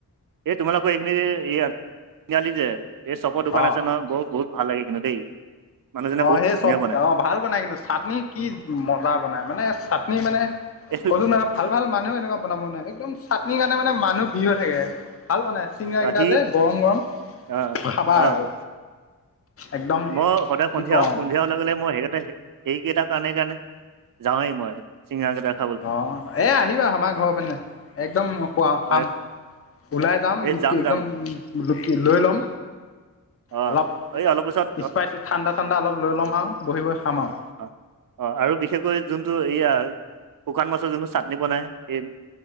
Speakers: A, on the right; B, on the left.
A: এই তোমালোকৰ এইখিনি ইয়াত তিনিআলি যে এই চপৰ দোকান
B: অ
A: আছে নহয়, বহুত বহুত ভাল লাগে কিন্তু দেই। মানুহজনে
B: অঁ
A: বহুত
B: সেই
A: ধুনীয়া
B: চব কেইতা
A: বনায়
B: অঁ ভাল বনাই কিন্তু চাটনি কি মজা বনাই মানে চাটনি মানে
A: এই
B: ক'লো না ভাল ভাল মানুহেও এনেকুৱা বনাব নোৱাৰে একদম চাটনিৰ কাৰণে মানে মানুহ ভিৰ হৈ থাকে, ভাল বনাই চিঙৰি কেইটা
A: সি
B: যে গৰম গৰম
A: অ',
B: খাবা
A: অ',
B: আৰু। একদম
A: মই সদায়
B: কি
A: সন্ধিয়া
B: ক'ম
A: সন্ধিয়া হোৱা লগে মই সেই কেইটাই সেইকেইটাৰ কাৰণে কাৰণে যাওঁৱেই মই চিঙৰা কেইটাৰ-
B: অঁ' এ আহিবা আমাৰ ঘৰৰ পিনে একদম খুৱা
A: অ',
B: খাম। ওলাই যাম
A: এই
B: কি একদম
A: যাম
B: কি লৈ লম।
A: অ',
B: অলপ
A: এই অলপ পিছত
B: স্পাইড ঠাণ্ডা টাণ্ডা অলপ লৈ ল'ম আৰু বহি বহি খাম আৰু।
A: অঁ' অঁ' আৰু বিশেষকৈ যোনটো এইয়াৰ- শুকান মাছৰ যোনটো চাটনি বনাই সেই-